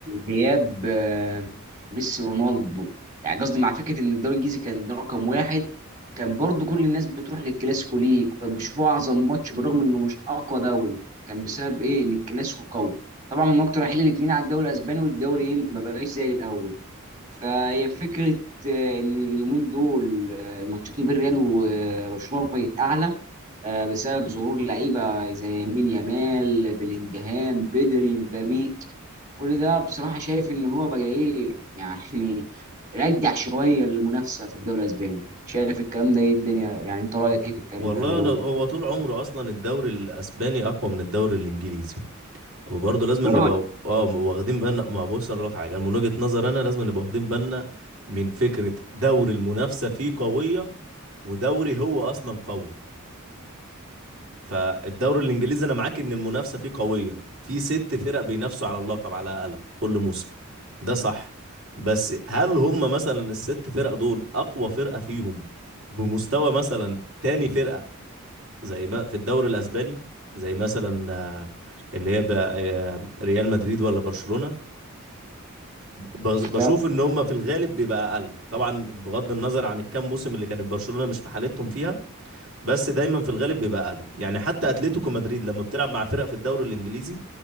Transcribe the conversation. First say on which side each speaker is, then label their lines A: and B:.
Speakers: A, on the right (about 40°); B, on the right (about 65°).
A: غياب آه، ميسي ورونالدو يعني قصدي مع فكره ان الدوري الانجليزي كان رقم واحد كان برضو كل الناس بتروح للكلاسيكو ليه؟ كان بيشوفوه اعظم ماتش بالرغم انه مش اقوى دوري كان بسبب ايه؟ ان الكلاسيكو قوي طبعا من وقت رحيل الاثنين على الدوري الاسباني والدوري ايه ما بقاش زي الاول فهي فكره آه، ان اليومين دول آه، الماتشات ما بين ريال وبرشلونه بقت اعلى آه، بسبب ظهور لعيبه زي مين يامال بلينجهام بدري مبابي كل ده بصراحة شايف ان هو بقى ايه يعني رجع شوية المنافسة في الدوري الاسباني شايف الكلام ده ايه الدنيا يعني انت رأيك ايه في الكلام
B: والله
A: اللي انا بقوله
B: أنا هو طول عمره اصلا الدوري الاسباني اقوى من الدوري الانجليزي وبرضه لازم
A: ده
B: نبقى
A: رأيي
B: اه واخدين بالنا ما بص اقول لك حاجه أنا من وجهه نظر انا لازم نبقى واخدين بالنا من فكره دوري المنافسه فيه قويه ودوري هو اصلا قوي فالدوري الانجليزي انا معاك ان المنافسه فيه قويه في ست فرق بينافسوا على اللقب على الاقل كل موسم ده صح بس هل هم مثلا الست فرق دول اقوى فرقه فيهم بمستوى مثلا تاني فرقه زي ما في الدوري الاسباني زي مثلا آه، اللي هي بقى آه، ريال مدريد ولا برشلونة بز- بشوف
A: لا
B: ان هم في الغالب بيبقى اقل طبعا بغض النظر عن الكام موسم اللي كانت برشلونة مش في حالتهم فيها بس دايما في الغالب بيبقى اقل يعني حتى اتلتيكو مدريد لما بتلعب مع فرق في الدوري الانجليزي